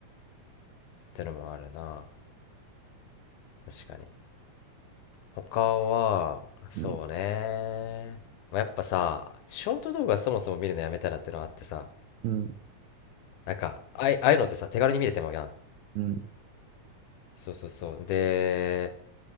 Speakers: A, on the left; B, on the right.
A: てのもあるな確かに他は、そうね。
B: うん、
A: まあ、やっぱさ、ショート動画そもそも見るのやめたらってのあってさ、
B: うん、
A: なんか、ああい、ああいうのってさ、手軽に見れてまうやん。
B: うん、
A: そうそうそう。で、